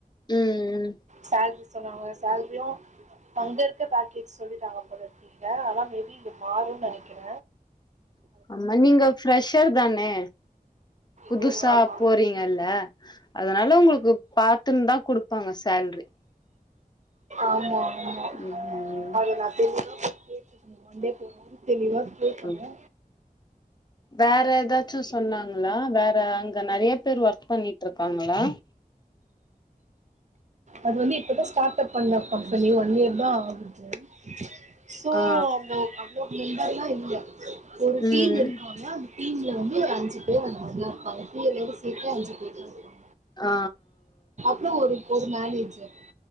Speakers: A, on the left; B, on the right.
A: ம்
B: சேல்ரி சொன்னாங்க சேல்ரியு அங்க இருக்க பேக்கேஜ் சொல்லிட்டாங்க போலருக்கு இங்க ஆனா மேபி இங்க மாறும்ன்னு நெனைக்கிற
A: அமா நீங்க ஃரெஷர் தானே புதுசா
B: ம் ஆமா
A: போறீங்கல்ல அதனால ஒங்களுக்கு பாத்துன்னு தான் குடுப்பாங்க சேல்ரி
B: ஆமா ஆமா
A: ம்
B: அத நா தெளிவா போய் கேட் மன்டே போகும்போது தெளிவா கேக்கணு
A: ம் வேற ஏதாச்சு சொன்னாங்ளா வேற அங்க நெறைய பேர் ஒர்க் பண்ணிட்டுருக்காங்ளா
B: அது வந்து இப்பதா ஸ்டார்ட் அப் பண்ண கம்பெனி ஒன் இயர் தா ஆகுது சோ
A: ஆ
B: அவுங்க அவ்ளோ <unintelligible> இல்ல ஒரு
A: ம்
B: டீம் இருக்காங்க டீம்ல வந்து ஒரு அஞ்சு பேர் அந்த மாரிலா இருப்பாங்க டி எல்லோட செத்தே அஞ்சு பேர்தா இருப்பாங்க
A: ஆ
B: இப்போ ஒரு ஒரு மேனேஜர்